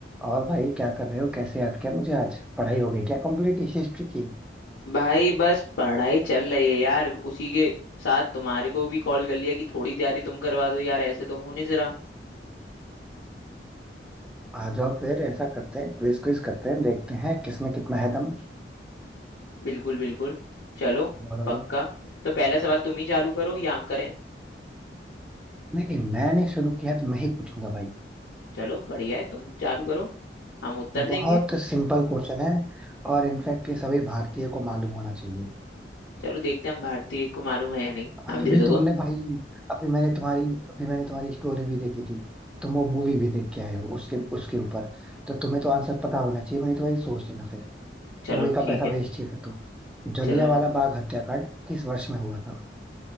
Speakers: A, in the centre; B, on the left (about 85°).
A: और भाई क्या कर रहे हो कैसे याद किया मुझे आज पढ़ाई हो गई क्या कंप्लीट हिस्ट्री की
B: भाई बस पढ़ाई चल रही है यार उसी के साथ तुम्हारे को भी कॉल कर लिया कि थोड़ी तैयारी तुम करवा दो यार ऐसे तो हो नहीं जरा
A: आ जाओ फिर ऐसा करते हैं क्विज क्विज करते हैं देखते हैं किसमें कितना है दम
B: बिल्कुल बिल्कुल चलो
A: बोलो
B: पक्का
A: तो
B: तो पहला सवाल तुम ही चालू करो या हम करें
A: नहीं नहीं मैंने शुरू किया है तो मैं ही पूछूंगा भाई
B: चलो बढ़िया है तुम चालू करो हम उत्तर देंगे
A: बहुत सिंपल क्वेश्चन है और इनफैक्ट ये सभी भारतीय को मालूम होना चाहिए
B: चलो देखते हैं हम भारतीय को मालूम है या नहीं हम
A: और
B: जैसे
A: अभी तुमने
B: को
A: भाई अभी मैंने तुम्हारी अभी मैंने तुम्हारी स्टोरी भी देखी थी तुम वो मूवी भी देख के आए हो उसके उसके ऊपर तो तुम्हें तो आंसर पता होना चाहिए मैंने तो वही सोच लेना
B: चलो
A: मूवी का
B: ठीक
A: पैसा
B: है
A: वेस्ट ही है फिर तो जलियांवाला
B: चलो जी
A: बाग हत्याकांड किस वर्ष में हुआ था